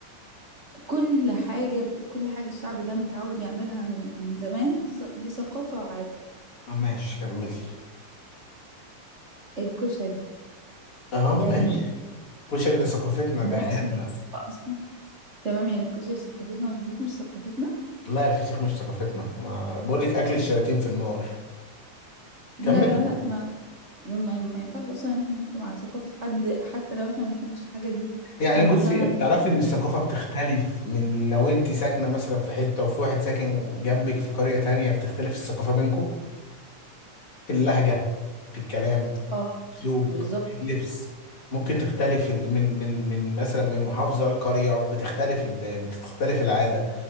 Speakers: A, on the right; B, on the left.
A: كل حاجة كل حاجة الشعب ده متعود يعملها من, من زمان دي, ث- دي ثقافة وعادة
B: آه، ماشي كملي
A: الكشري
B: اه
A: يعني
B: ماشي الكشري ده ثقافتنا
A: ناس
B: دي حياتنا
A: بس أصلاً. تمام يعني الكشري ثقافتنا والفسيخ مش ثقافتنا
B: لا الفسيخ مش ثقافتنا ما بقول لك اكل الشياطين في النار
A: لا
B: كملي
A: لا لا ما ما, ما ينفعش اصلا ان احنا نحكم على ثقافة حد حتى لو احنا ما بنحبش الحاجة دي
B: يعني
A: طب
B: بصي
A: مثلا
B: تعرفي ان الثقافة بتختلف من لو انت ساكنة مثلا في حتة وفي واحد ساكن جنبك في قرية تانية بتختلف الثقافة بينكم في اللهجة في الكلام في
A: اه
B: الأسلوب
A: بالظبط
B: في اللبس ممكن تختلف ال- من من من مثلا من محافظة لقرية بتختلف ال- بتختلف العادة